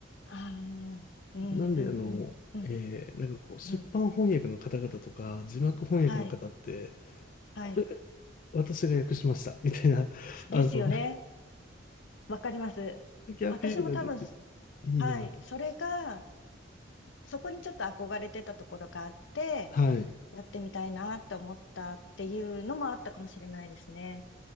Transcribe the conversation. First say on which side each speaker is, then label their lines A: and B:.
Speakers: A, on the left; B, on the left.
A: ああ。うんうんうんうん。
B: なんで、あの、えー、なんかこう、出版翻訳の方々とか、
A: うん。
B: 字幕翻訳の方って、
A: はい。はい。
B: これ、私が訳しました、みたいな、<laughs>
A: ですよね。
B: あの、
A: わかります。
B: 先アピールができる。
A: 私も多分、
B: いいなと。
A: はい。それが、そこにちょっと憧れてたところがあって、
B: はい、
A: やってみたいなって思ったっていうのもあったかもしれないですね。